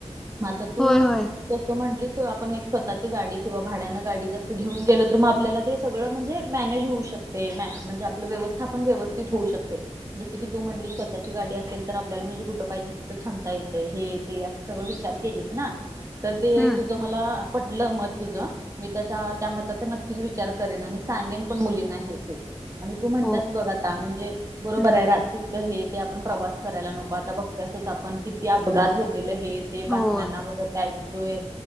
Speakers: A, on the right; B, in the centre.
A: मग आता तू
B: होय होय
A: जसं म्हंटलीस तु, आपण एक स्वतःची गाडी किंवा भाड्यानं गाडी जसं घेऊन गेलो, तर मग आपल्याला ते सगळं म्हणजे मॅनेज होऊ शकतय, म्हणजे आपलं व्यवस्थापण व्यवस्थित होऊ शकतय. जसं की तू म्हटली स्वतःची गाडी असेल- तर आपल्याला म्हणजे कुठं पाहिजे तिथं थांबता येतय, हे ते असं सगळं विचार केलीस ना- तर ते
B: हम्म
A: तुझं मला, पटलं मत तुझं. मी त्याच्या त्या मताचा नक्कीच विचार करेन, आणि सांगेन पण मुलींना हे ते- आणि तू म्हणत्यास
B: हो
A: बघ आता, म्हणजे बरोबर
B: हम्म
A: आहे, रात्री च हे ते आपण प्रवास- करायला नको, आता बघत्यास आपण किती अपघात होतील हे ते बातम्यांना
B: हो
A: बघत हाय- तोय